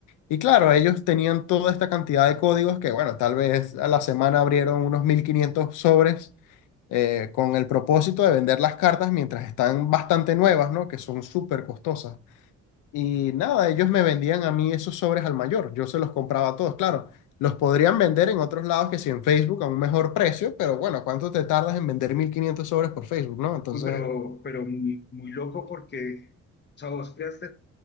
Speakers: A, on the left; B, on the left.
A: Y claro, ellos tenían toda esta cantidad de códigos que, bueno, tal vez a la semana abrieron unos 1500 sobres eh, con el propósito de vender las cartas mientras están bastante nuevas, ¿no? Que son súper costosas. Y nada, ellos me vendían a mí esos sobres al mayor. Yo se los compraba a todos, claro. Los podrían vender en otros lados que si en Facebook a un mejor precio, pero bueno, ¿cuánto te tardas en vender 1500 sobres por Facebook, no? Entonces,
B: uy, pero, pero muy, muy loco porque, o sea, vos creaste